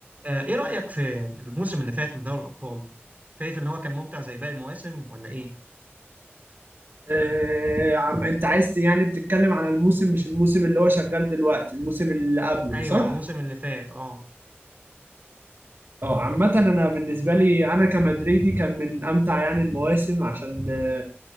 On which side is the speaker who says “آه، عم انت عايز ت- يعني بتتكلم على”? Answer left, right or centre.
Right